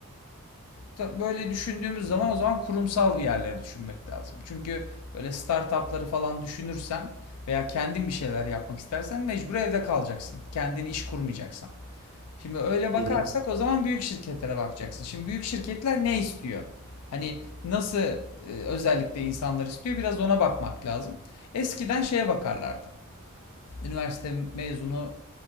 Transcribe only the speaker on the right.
Hı
hı.
Hı hı.